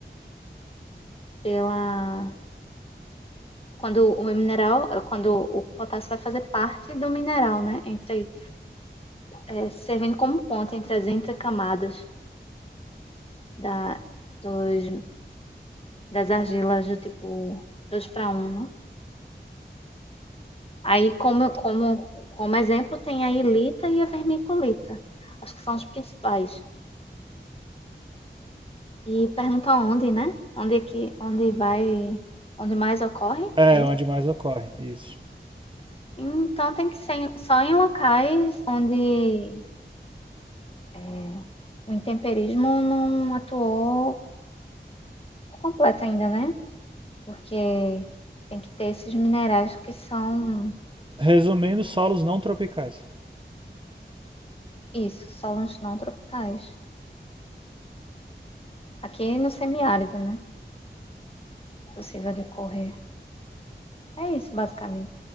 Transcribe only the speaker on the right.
É,
onde mais ocorre, isso.
Resumindo, solos não tropicais.